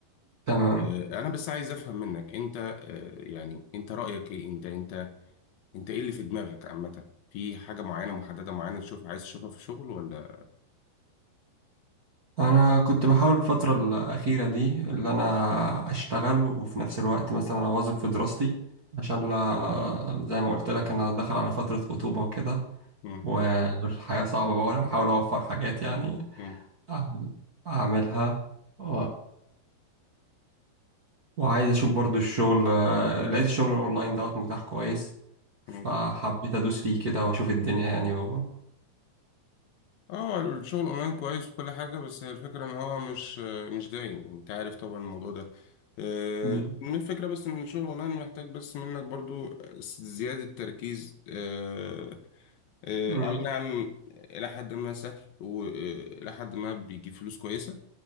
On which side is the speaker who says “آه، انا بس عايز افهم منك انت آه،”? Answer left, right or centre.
Left